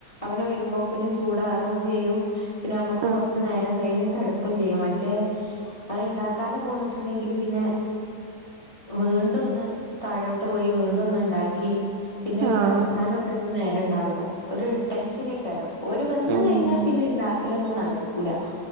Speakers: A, on the left; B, on the right.
A: അവന് വരുമ്പോക്കിനും ചൂടാറോം ചെയ്യും പിന്നെ നമ്മക്ക്
B: ആഹ്
A: കൊറച് നേരം കയ്ഞ് കിടക്കും ചെയ്യാ മറ്റേ അഹ് ഇണ്ടാക്കാതെ പോന്നിട്ടുണ്ടെങ്കിൽ പിന്നെ വീണ്ടും ഒന്ന് താഴോട്ട് പോയി വീണ്ടും ഒന്ന് ണ്ടാക്കി പിന്നെ ഒരു
B: ആഹ് ആഹ്
A: കടക്കാൻ അവിടെന്നും നേരം ഉണ്ടാവൂല്ല ഒരു ടെൻഷനേയ്കാരോ ഓല് വന്ന്
B: ഉം
A: കഴിഞ്ഞാ പിന്നെണ്ടാ ക്കലൊന്നും നടക്കൂല